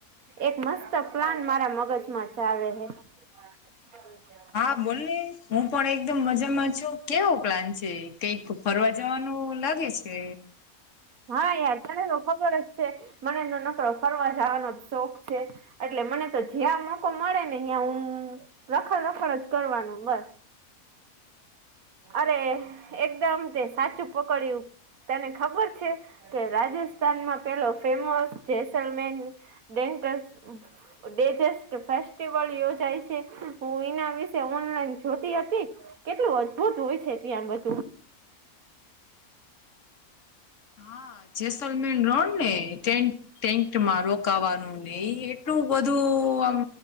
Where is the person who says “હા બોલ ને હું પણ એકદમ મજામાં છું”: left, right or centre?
Left